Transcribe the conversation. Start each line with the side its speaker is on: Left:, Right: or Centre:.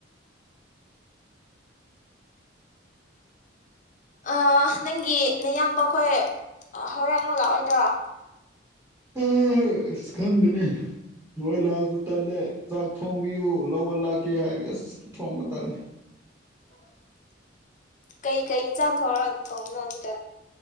Left: ꯑ ꯅꯪꯒꯤ ꯅꯌꯥꯝꯕ ꯈꯣꯏ ꯍꯧꯔꯦꯟ ꯃꯂꯥꯛꯑꯣꯏꯗꯣꯏꯔꯣ?
Right: ꯑ ꯑꯁ ꯈꯪꯗꯦꯅꯤ ꯅꯣꯏ ꯂꯥꯛꯑꯁꯨ ꯇꯜꯂꯦ ꯆꯥꯛ ꯊꯣꯡꯕꯤꯌꯨ ꯂꯧꯕ ꯂꯥꯛꯀꯦ ꯍꯥꯏꯔꯗꯤ ꯑꯁ ꯊꯣꯡꯕ ꯇꯂꯦ꫰
Left: ꯀꯩ - ꯀꯩ ꯏꯟꯁꯥꯡ ꯊꯣꯡꯔ ꯊꯣꯡꯕꯅꯣ ꯑꯗꯨꯗ?